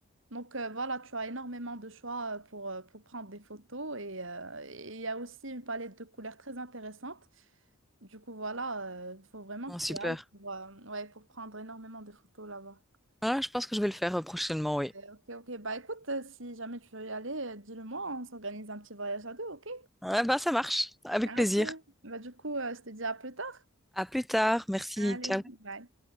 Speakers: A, on the right (about 60°); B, in the centre.
A: Donc euh, voilà, tu as énormément de choix euh, pour, euh, pour prendre des photos et euh, et il y a aussi une palette de couleurs très intéressante. Du coup, voilà, il faut vraiment
B: Oh,
A: que tu
B: super.
A: ailles pour, euh, ouais, pour prendre énormément de photos là-bas.
B: Ah, je pense que je vais le faire euh, prochainement, oui.
A: Ok, ok. Bah écoute, euh, si jamais tu veux y aller, euh, dis-le-moi, on s'organise un petit voyage à deux, ok?
B: Ah, ben, ça marche. Avec
A: Ah,
B: plaisir.
A: ok. Bah du coup, euh, je te dis à plus tard.
B: À plus tard. Merci.
A: Allez,
B: Ciao.
A: bye.